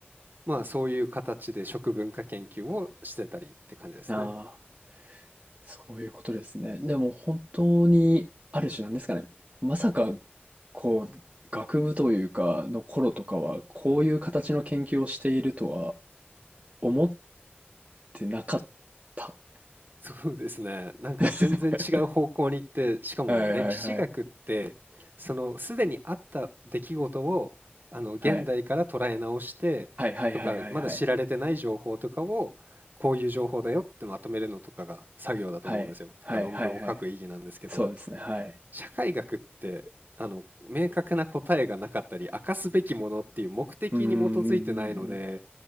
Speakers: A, on the right; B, on the right.
A: まあ、そういう形で食文化研究をしてたりって感じですね。
B: ああ、そういうことですね。でも本当に、ある種なんですかね。まさか、こう、学部というか、の頃とかは、こういう形の研究をしているとは思ってなかった。
A: そうですね。なんか全然違う方向に行って、
B: <laughs>
A: しかも歴史学って、
B: はいはいはい。
A: そのすでにあった出来事を、あの現代から捉え直してとか、
B: はい。はいはいはいはいはい。
A: まだ知られてない情報とかを、こういう情報だよってまとめるのとかが作業だと思うんですよ。
B: はい。
A: とか論文を書く意義なんですけど、
B: はいはいはい。そうですね。はい。
A: 社会学ってあの明確な答えがなかったり明かすべきものっていう目的に基づいてないので
B: うんうんうんうんうん。